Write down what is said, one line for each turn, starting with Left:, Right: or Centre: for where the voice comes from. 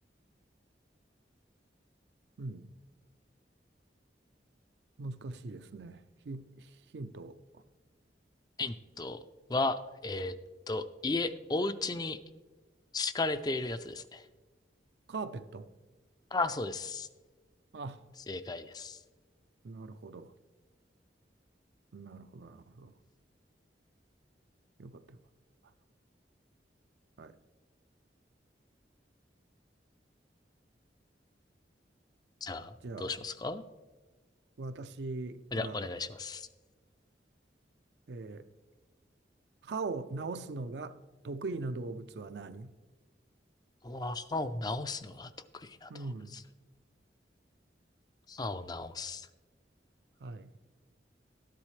Right: うん。難しいですね。ヒ、ヒント。
Left: ヒントは、えーっと、家、お家に敷かれているやつですね。
Right: カーペット。
Left: ああ、そうです。
Right: あ、
Left: 正解です。
Right: なるほど。なるほど、なるほど。よかった、よかった。はい。
Left: じゃあ、
Right: じゃあ、
Left: どうしますか
Right: 私が、
Left: じゃあ、お願いします。
Right: えー歯を治すのが得意な動物は何
Left: わ歯を治すのが得意な動物。
Right: うん。
Left: 歯を治す。
Right: はい。